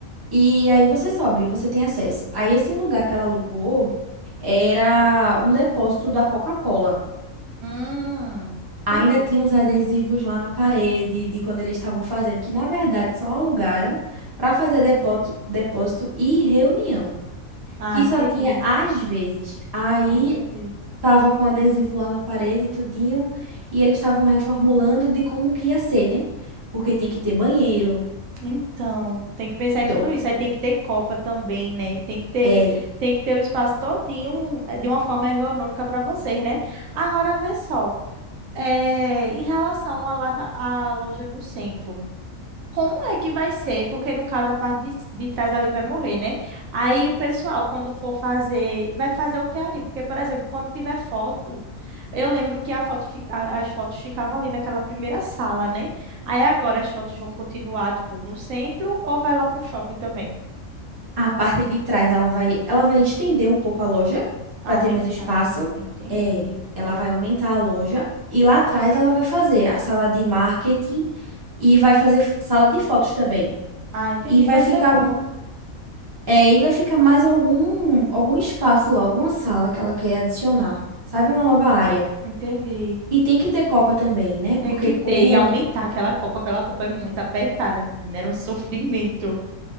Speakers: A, on the right; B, on the right.
A: e aí você sobe, você tem acesso. Aí esse lugar que ela alugou era um depósito da Coca-Cola.
B: Hum,
A: Ainda
B: entendi.
A: tinha uns adesivos lá na parede de quando eles estavam fazendo, que na verdade só alugaram para fazer depósito, depósito e reunião,
B: Ah,
A: que
B: entendi.
A: só tinha às vezes. Aí
B: Ah, entendi.
A: Tava com adesivo lá na parede, tudinho, e eles estavam reformulando de como que ia ser, né? Porque tem que ter banheiro,
B: Então, tem que pensar em
A: do,
B: tudo isso. Aí tem que ter copa também, né? Tem que ter,
A: é,
B: tem que ter o espaço todinho eh, de uma forma ergonômica para vocês, né? Agora, vê só. eh, em relação à lá na- à loja do centro. Como é que vai ser? Porque no caso a parte de, de trás ali vai morrer, né? Aí o pessoal, quando for fazer, vai fazer o que ali? Porque, por exemplo, quando tiver foto, eu lembro que a foto, fi- a- as fotos ficavam ali naquela primeira sala, né? Aí agora as fotos vão continuar, tipo, no centro ou vai lá pro shopping também?
A: a parte de trás, ela vai, ela vai estender um pouco a loja para
B: Aumentar,
A: ter mais espaço.
B: entendi.
A: É, ela vai aumentar a loja e lá atrás ela vai fazer a sala de marketing e vai fazer f- sala de fotos também.
B: Ah, entendi,
A: E vai
B: vai
A: ficar,
B: ser bom.
A: é, e vai ficar mais algum algum espaço lá, alguma sala que ela quer adicionar. Sabe, uma nova área.
B: Entendi.
A: E tem que ter Copa também, né? Porque
B: Tem que
A: como
B: ter e aumentar aquela copa, aquela copa é muito apertada, menina, era um sofrimento.